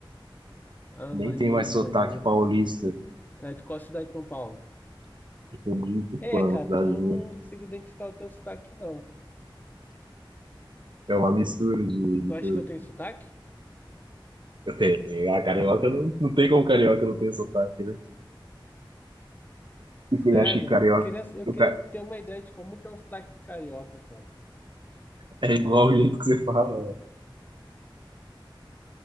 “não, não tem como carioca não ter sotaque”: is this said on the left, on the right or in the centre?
Right